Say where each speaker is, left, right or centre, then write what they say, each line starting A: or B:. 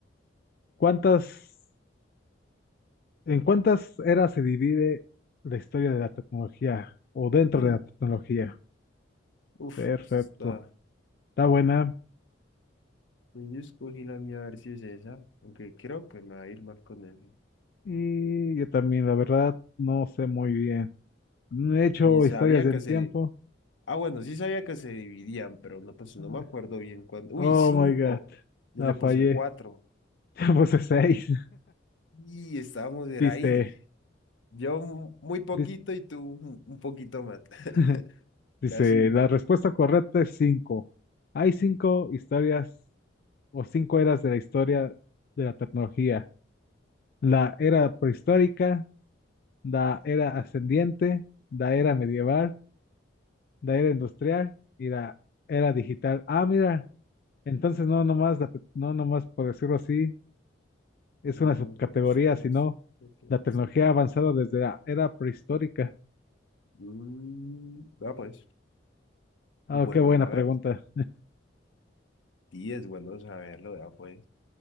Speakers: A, on the left; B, on the left.
A: ¿cuántas, en cuántas eras se divide la historia de la tecnología o dentro
B: Hmm,
A: de la tecnología?
B: Uf,
A: Perfecto.
B: esa está.
A: Está buena.
B: Yo escogí la mía a ver si es esa, aunque creo que me va a ir mal con él.
A: Y yo también, la verdad, no sé muy bien. No he hecho
B: Ni sabía
A: historias del
B: que se
A: tiempo.
B: Ah, bueno, sí sabía que se dividían, pero no, pues no
A: eh,
B: me acuerdo bien cuándo.
A: Oh
B: Uy, cinco.
A: my God,
B: Yo
A: la
B: le
A: fallé.
B: puse cuatro.
A: <laughs> Ya puse seis.
B: Y estábamos, era
A: Dice,
B: ahí. Yo mu- muy poquito
A: dis-
B: y tú un un poquito más. <laughs>
A: <laughs> dice,
B: Era cinco.
A: la respuesta correcta es cinco. Hay cinco historias o cinco eras de la historia de la tecnología. La era prehistórica, la era ascendiente, la era medieval, la era industrial y la era digital. Ah, mira, entonces no nomás, la te- no nomás por decirlo así, es
B: Uno,
A: una subcategoría,
B: dos, tres,
A: sino
B: cuatro,
A: la tecnología
B: cinco.
A: ha avanzado desde la era prehistórica.
B: Mm, Vea pues,
A: Ah,
B: es bueno
A: qué buena
B: saberlo.
A: pregunta.
B: Sí, es bueno saberlo, vea pues.